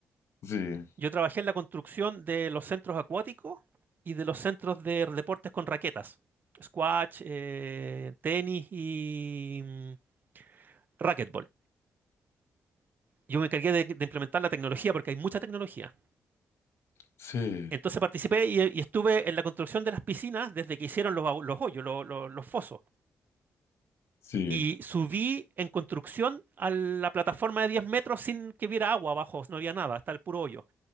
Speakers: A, on the left; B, on the right.
A: sí,
B: Yo trabajé en la construcción de los centros acuáticos y de los centros de deportes con raquetas, squash, eh, tenis y mm, racquetball. Yo me encargué de, de implementar la tecnología porque hay mucha tecnología.
A: sí,
B: Entonces participé y, y estuve en la construcción de las piscinas desde que hicieron los, agu- los hoyos, lo- lo- los fosos.
A: sí,
B: Y subí en construcción a la plataforma de 10 metros sin que hubiera agua abajo, no había nada, hasta el puro hoyo.